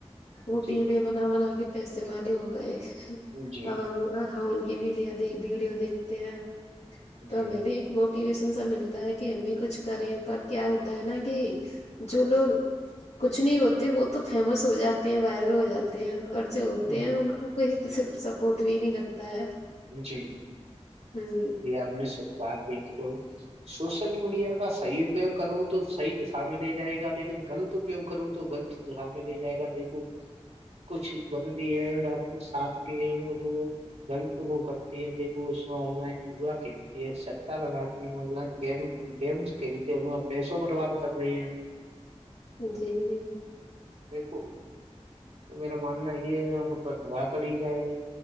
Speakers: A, on the left; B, on the right.
A: وہ
B: جی
A: ویڈیو بنا بنا کے پیسے والے ہو گئے
B: جی
A: اب ہم ان کی ویڈیو ویڈیو دیکھتے ہیں تو
B: جی
A: میںیں بھی موٹیویشن سا ملتا ہے کہ ہم بھی کچھ کریں پر کیا ہوتا ہے نا کہ جو لوگ کچھ نہیں ہوتے وہ تو فیمس ہو جاتے ہیں وائرل ہو جاتے ہو اور جو ہوتے ہیں
B: جی
A: ان کو کہیں کسی سپورٹ بھی نہیں کرتا ہے
B: جی
A: ہاں
B: جی آپ نے سب بات دیکھ لو سوشل میڈیا کا صحیح اپیوگ کرو تو صحی دشا میں لے جائے گا لیکن غلط تو کیوں کروں تو غلط جا میں لے جائے گا دیکھو
A: <inaudible>
B: کچھ بند بھی ہیں اپنے ساتھ بھی ہیں وہ گند وہ کرتی ہے دیک وہ اس میں آن لائن یوا کھیلتی ہے سا لگاتی لائن گ گمس کھیلی پیسوں برباد کر رہے ہیں
A: جی جی
B: بک تو میرا ماننا یہ ہے ان پر دا کری جائے